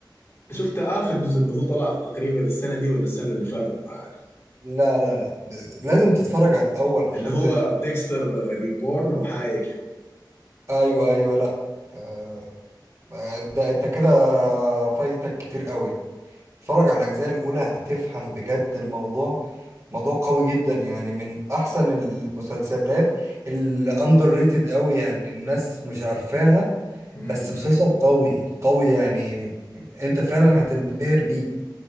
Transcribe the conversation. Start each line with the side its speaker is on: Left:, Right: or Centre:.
Left: شفت اخر جزء اللي هو طلع تقريبا السنه دي ولا السنه اللي فاتت ما عارف
Right: لا لا لا لازم تتفرج على الأول عشان
Left: اللي هو
Right: تفهم
Left: ديكستر ريبورن او حاجه كده
Right: أيوه أيوه لا آه ما- ده أنت كده فايتك كتير قوي اتفرج على الأجزاء الأولى هتفهم بجد الموضوع موضوع قوي جدا يعني من أحسن المسلسلات اللي أندر ريتد قوي يعني الناس مش عارفاها
Left: امم
Right: بس مسلسل قوي قوي يعني أنت فعلا هتنبهر بيه